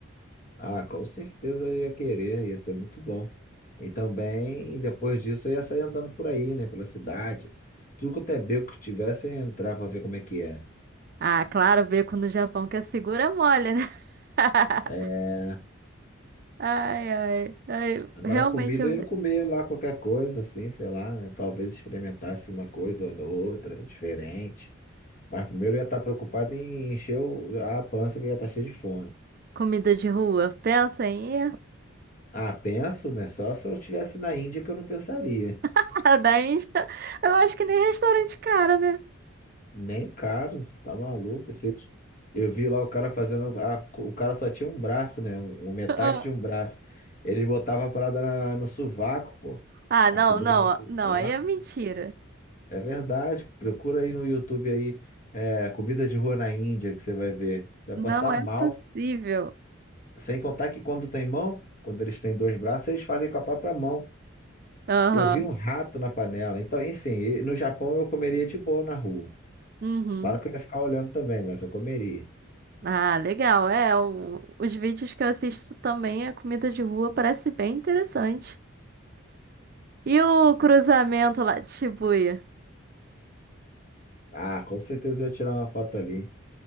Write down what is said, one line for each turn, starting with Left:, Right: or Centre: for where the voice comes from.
Left: Ah, com certeza eu ia querer, ia ser muito bom. E também, depois disso, eu ia sair andando por aí, né? Pela cidade. Tudo quanto é beco que tivesse, eu ia entrar pra ver como é que é.
Right: Ah, claro, beco no Japão que é segura mole, né? <laughs>
Left: É,
Right: Ai, ai, ai.
Left: Agora,
Right: Realmente,
Left: a comida
Right: eu-
Left: eu ia comer lá qualquer coisa, assim, sei lá, né? Talvez experimentasse uma coisa ou outra, diferente. Mas primeiro eu ia estar preocupado em encher o- a pança, que eu ia estar cheio de fome.
Right: comida de rua. Pensa em ir?
Left: Ah, penso, né? Só se eu estivesse na Índia que eu não pensaria.
Right: <laughs> A da Índia, eu acho que nem restaurante cara, né?
Left: Nem caro, tá maluco. Esse- Eu vi lá o cara fazendo. a- O cara só tinha um braço, né? Um, um- metade
Right: Ah,
Left: de um braço. Ele botava a parada na- no sovaco, pô.
Right: ah, não,
Left: A comida
Right: não,
Left: no sovaco.
Right: não, aí é mentira.
Left: É verdade. Procura aí no YouTube aí, é, comida de rua na Índia, que você vai ver. Você vai
Right: Não
Left: passar
Right: é
Left: mal.
Right: possível.
Left: Sem contar que quando tem mão, quando eles têm dois braços, eles fazem com a própria mão.
Right: Aham,
Left: Eu vi um rato na panela. Então, enfim, e no Japão eu comeria de boa na rua.
Right: uhum.
Left: Claro que eu ia ficar olhando também, mas eu comeria.
Right: Ah, legal, é, o- os vídeos que eu assisto também, a comida de rua parece bem interessante. E o cruzamento lá de Shibuya?
Left: Ah, com certeza eu ia tirar uma foto ali.